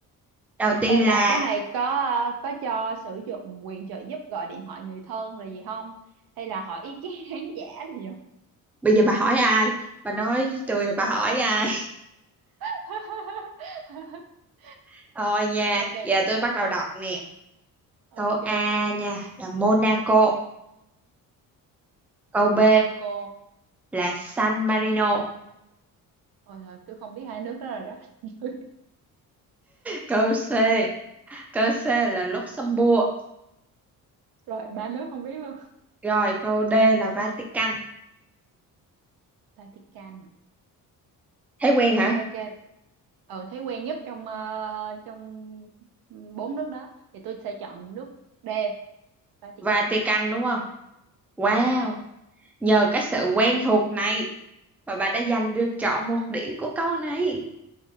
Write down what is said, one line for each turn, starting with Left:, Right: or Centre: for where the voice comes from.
Centre: đầu
Right: Ê,
Centre: tiên
Right: ê bà
Centre: là
Right: cái này có ờ, có cho sử dụng quyền trợ giúp gọi điện thoại người thân rồi gì không? Hay là hỏi ý kiến <laughs> khán giả rồi gì không?
Centre: bây giờ bà hỏi ai? Bà nói với tôi là bà hỏi ai?
Right: <laughs>
Centre: <laughs> Thôi nha,
Right: Ok.
Centre: giờ tôi bắt đầu đọc nè.
Right: Ok.
Centre: Câu A nha là Monaco, câu B
Right: Monaco
Centre: là San Marino
Right: Ôi trời, tôi không biết hai nước đó rồi đó <laughs>
Centre: câu C câu C là Luxembourg
Right: Rồi ba nước không biết luôn
Centre: rồi câu D là Vatican
Right: Vatican à
Centre: thấy quen hả
Right: Ok Ừ thấy quen nhất trong ờ, trong bốn nước đó Thì tôi sẽ chọn nước D Vatican
Centre: Vatican đúng không wow
Right: ừ.
Centre: nhờ cái sự quen thuộc này mà bà đã giành được trọn một điểm của câu này